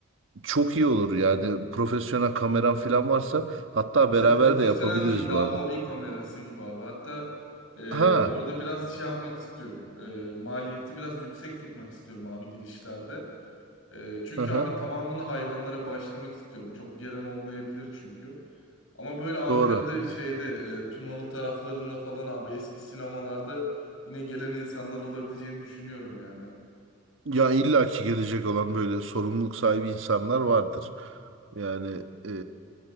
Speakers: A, on the right (about 70°); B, on the left (about 70°).
A: Çok iyi olur yani profesyonel kameran falan varsa hatta
B: İşte
A: beraber
B: profesyonel
A: de yapabiliriz
B: değil daha
A: bu arada.
B: hobi kamerası gibi abi. Hatta e,
A: Ha,
B: orada biraz şey yapmak istiyorum. E, maliyeti biraz yüksek tutmak istiyorum abi girişlerde. E, çünkü
A: hı hı,
B: abi tamamını hayvanlara bağışlamak istiyorum. Çok gelen olmayabilir çünkü. Ama böyle Ankara'da
A: doğru.
B: şeyde e, Tunalı taraflarında falan abi eski sinemalarda yine gelen insanlar olabileceğini düşünüyorum yani.
A: Ya illaki gelecek olan böyle sorumluluk sahibi insanlar vardır. Yani e,